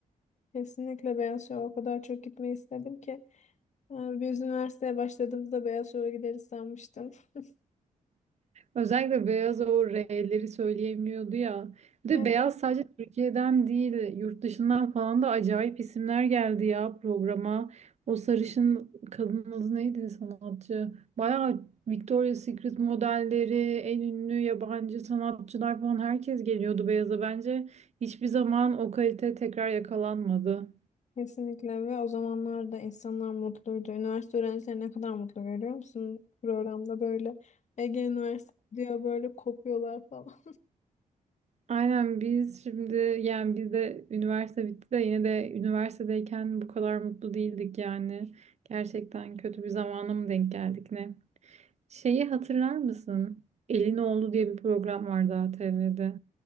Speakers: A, on the left (about 55°); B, on the right (about 50°).
A: Kesinlikle Beyaz Şov'a o kadar çok gitmeyi istedim ki Ee, biz üniversiteye başladığımızda Beyaz Şov'a gideriz sanmıştım. <laughs>
B: Özellikle beyaz o R'leri söyleyemiyordu ya. Bir de
A: Evet,
B: beyaz sadece Türkiye'den değil, yurt dışından falan da acayip isimler geldi ya programa. O sarışın kadının adı neydi sanatçı? Bayağı Victoria's Secret modelleri, en ünlü yabancı sanatçılar falan herkes geliyordu beyaza. Bence hiçbir zaman o kalite tekrar yakalanmadı.
A: kesinlikle ve o zamanlar da insanlar mutluydu. Üniversite öğrencileri ne kadar mutlu görüyor musun programda böyle Ege Üniversitesi diyor böyle kopuyorlar falan.
B: Aynen biz şimdi yani biz de üniversite bitti de yine de üniversitedeyken bu kadar mutlu değildik yani. Gerçekten kötü bir zamana mı denk geldik ne? Şeyi hatırlar mısın? Elin Oğlu diye bir program vardı ATV'de.